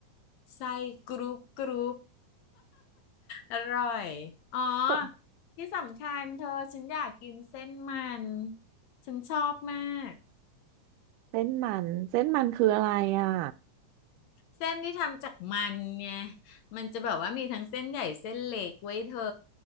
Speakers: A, on the left (about 70°); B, on the right (about 85°).
A: ไส้กรุบกรุบอร่อยอ๋อ
B: เออ
A: ที่สำคัญเธอฉันอยากกินเส้นมันฉันชอบมาก
B: เส้นมันเส้นมันคืออะไรอ่ะ
A: เส้นที่ทำจากมันไงมันจะแบบว่ามีทั้งเส้นใหญ่เส้นเล็กไว้ยเธอ